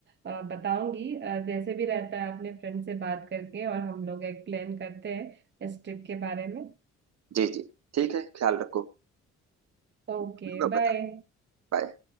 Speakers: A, on the right (about 35°); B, on the right (about 60°).
A: अ, बताऊंगी अ, जैसे भी रहता है अपने फ्रेंड से बात करके और हम लोग एक प्लान करते हैं इस ट्रिप के बारे में
B: जी जी ठीक है ख्याल रखो
A: Okay
B: होगा
A: bye
B: बता बाय